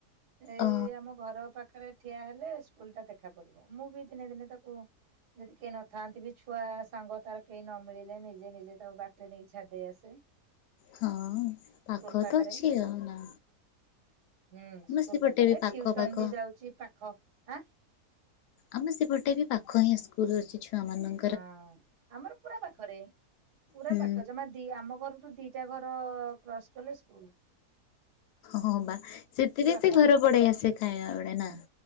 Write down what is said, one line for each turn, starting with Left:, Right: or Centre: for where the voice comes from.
Right: ଏଇ
Left: ଅ
Right: ଆମ ଘର ପା ଖରେ ଠିଆ ହେଲେ ସ୍କୁଲ୍ ଟା ଦେଖା ପଡିବ। ମୁଁ ବି ଦିନେ ଦିନେ ତାକୁ ଯଦି କେହି ନଥାନ୍ତି ବି ଛୁଆ ସାଙ୍ଗ ତାର କେହି ନ ମିଳିଲେ ନିଜେ ନିଜେ ତାକୁ ବାଟରେ ନେଇକି ଛାଡିଦେଇ ଆସେ।
Left: ହଁ ପାଖ
Right: ସ୍କୁଲ ପାଖରେ
Left: ତ ଅଛି ଅ, ନା।
Right: ହୁଁ,
Left: ଆମ
Right: ସ୍କୁଲ୍
Left: ସେପଟେ
Right: ପାଖରେ
Left: ବି ପାଖ
Right: ଟିଉସନ
Left: ପାଖ
Right: ବି ଯାଉଛି ପାଖ, ଆଁ,
Left: ଆମେ ସେପଟେ ବି ପାଖ ହିଁ ସ୍କୁଲ୍ ଅଛି ଛୁଆମାନ
Right: ହଁ ଆମର ପୁରା ପାଖରେ, ପୁରା
Left: ହୁଁ
Right: ପାଖ ଜମା ଦି ଆମ ଘରଠୁ ଦି ଟା ଘର କ୍ରସ୍ କଲେ ସ୍କୁଲ୍।
Left: ହଁ ବା ସେଥିରେ
Right: ପାଖରେ
Left: ସେ ଘର
Right: ବି
Left: ପଡେଇ ଆସେ ଖାଇବା ବେଳେ ନା?